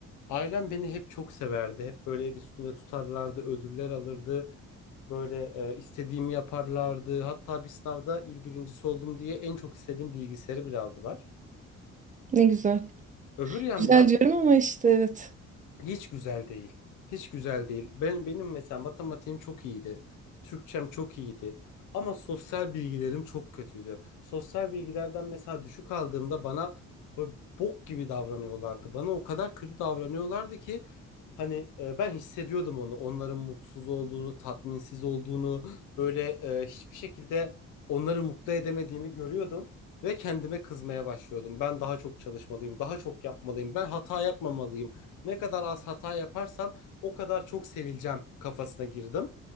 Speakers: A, on the left; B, on the right.
A: Ailem beni hep çok severdi. Hep böyle el üstünde tutarlardı, ödüller alırdı. Böyle e, istediğimi yaparlardı. Hatta bir sınavda il birincisi oldum diye en çok istediğim bilgisayarı bile aldılar.
B: Ne güzel.
A: Öbür yandan
B: Güzel diyorum ama işte evet.
A: Hiç güzel değil. Hiç güzel değil. Ben benim mesela matematiğim çok iyiydi. Türkçem çok iyiydi. Ama sosyal bilgilerim çok kötüydü. Sosyal bilgilerden mesela düşük aldığımda bana bu- bok gibi davranıyorlardı. Bana o kadar kötü davranıyorlardı ki hani e, ben hissediyordum onu. Onların mutsuz olduğunu, tatminsiz olduğunu, böyle e, hiçbir şekilde onları mutlu edemediğimi görüyordum ve kendime kızmaya başlıyordum. Ben daha çok çalışmalıyım, daha çok yapmalıyım. Ben hata yapmamalıyım. Ne kadar az hata yaparsam o kadar çok sevileceğim kafasına girdim.